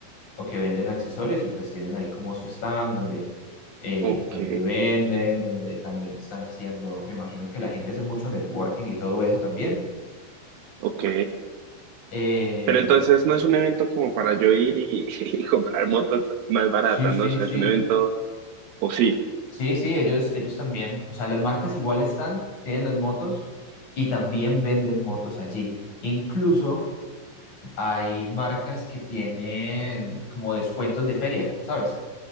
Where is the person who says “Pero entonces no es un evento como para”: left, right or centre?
Right